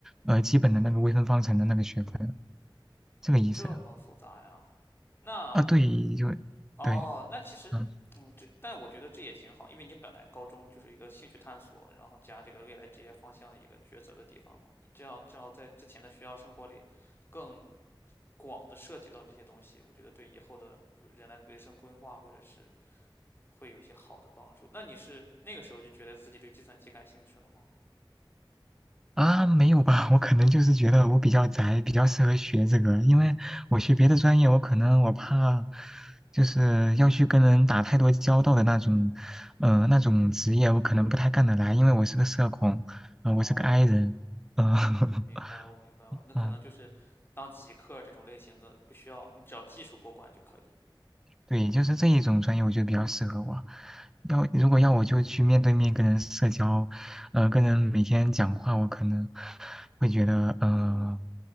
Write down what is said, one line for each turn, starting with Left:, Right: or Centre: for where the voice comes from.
Centre: 呃基本的那个微分方程的那个学分，这个意思
Left: 这么复杂呀？那
Centre: 啊？对，就
Left: 哦，
Centre: 对，
Left: 那其实，
Centre: 嗯
Left: 嗯，这但我觉得这也挺好，因为你本来高中就是一个兴趣探索，然后加这个未来职业方向一个抉择的地方嘛。你这样正好在之前的学校生活里，更广的涉及到这些东西，我觉得对以后的人来人生规划或者是会有一些好的帮助。那你是那个时候就觉得自己对计算机感兴趣了吗？
Centre: 啊，没有吧？我可能就是觉得我比较宅，比较适合学这个，因为我学别的专业，我可能我怕就是要去跟人打太多交道的那种，呃，那种职业我可能不太干得来，因为我是个社恐，呃，
Left: 哦，
Centre: 我是个 i 人，嗯、<laughs>
Left: 我明白了，我明白了，那可能就是当极客这种类型的，
Centre: 嗯。
Left: 不需要你只要技术过关就可以。
Centre: 对，就是这一种专业，我觉得比较适合我。要如果要我就去面对面跟人社交，呃，跟人每天讲话，我可能会觉得，呃，